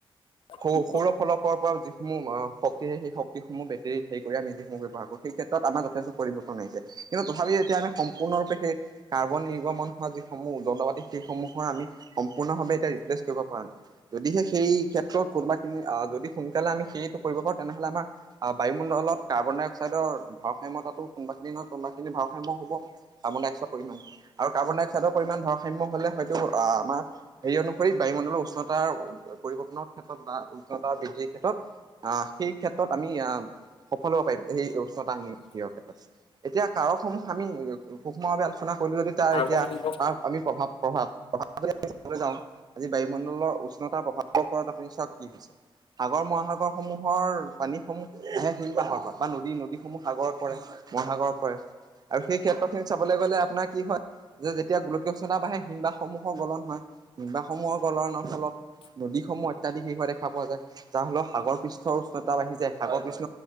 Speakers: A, on the left; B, on the right.
A: <unintelligible>
B: ওষৰৰ ফলকৰ পৰা যিসমূহ শক্তি সেই শক্তিসমূহ বেটেৰীত হেৰি কৰি আমি যিসমূহ ব্যৱহাৰ কৰোঁ। সেই ক্ষেত্ৰত আমাৰ যথেষ্ট পৰিবৰ্তন আহিছে। কিন্তু তথাপি এতিয়া আমি সম্পূৰ্ণৰূপে সেই কাৰ্বন নিৰ্গমন হোৱা যি সমূহ যন্ত্ৰপাতি সেইসমূহৰ আমি সম্পূৰ্ণভাৱে এতিয়া ৰিপ্লেচ কৰিব পৰা নাই। যদিহে সেই ক্ষেত্ৰত কোনোবা খিনি আ যদি সোনকালে আমি সেইটো কৰিব পাৰো তেনেহলে আমাৰ আ বায়ুমণ্ডলত কাৰ্বন ডাই অক্সাইডৰ ভাৰসাম্যতাটো কোনোবাখিনি নহয় কোনোবাখিনি ভাৰসাম্য হ'ব। কাৰ্বন ডাই অক্সাইডৰ পৰিমাণটো আৰু কাৰ্বন ডাই অক্সাইডৰ পৰিমাণটো ভাৰসাম্য হলে হয়তো আ আমাৰ সেই অনুসৰি বায়ুমণ্ডলৰ উষ্ণতাৰ পৰিৱৰ্তনৰ ক্ষেত্ৰত বা উষ্ণতা বৃদ্ধিৰ ক্ষেত্ৰত আ সেই ক্ষেত্ৰত আমি আহ সফল হ'ব পাৰিম সেই উষ্ণতা <unintelligible> ক্ষেত্ৰত এতিয়া কাৰক সমূহ আমি সূক্ষ্ম ভাৱে আলোচনা কৰিলো যদি তাৰ
A: সাৰমানু
B: এতিয়া
A: নিৰ্গম
B: তাৰ আমি প্ৰভাৱ প্ৰভাৱ প্ৰভাৱ <unintelligible> চাবলে যাও আজি বায়ুমণ্ডলৰ উষ্ণতাৰ প্ৰভাৱৰ ওপৰত আপুনি চাওক কি হৈছে সাগৰ মহাসাগৰসমূহৰ পানীসমূহে <unintelligible> বা নদী নদীসমূহ সাগৰত পৰে মহাসাগৰত পৰে আৰু সেই ক্ষেত্ৰ খিনি চাবলে গলে আপোনাৰ কি হয় যে এতিয়া গোলকীয় উষ্ণতা বাঢ়ে হিমবাসসমূহৰ গলন হয় হিমবাসসমূহৰ গলনৰ ফলত নদীসমূহ ইত্যাদি শেষ হোৱা দেখা পোৱা যায় যাৰ ফলত সাগৰ পৃষ্ঠৰ উষ্ণতা বাঢ়ি যায়‌ সাগৰ পৃষ্ঠ